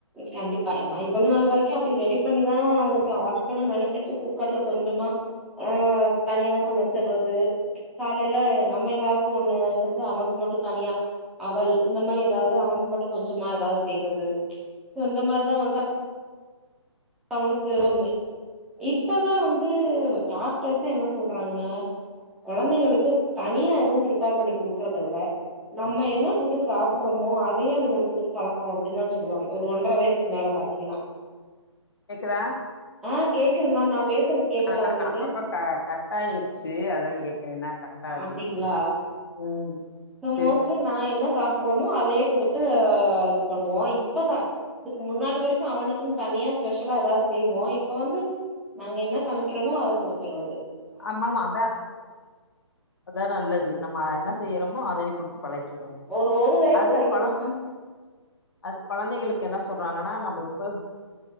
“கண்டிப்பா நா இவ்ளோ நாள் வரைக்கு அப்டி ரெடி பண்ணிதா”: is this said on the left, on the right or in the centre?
Centre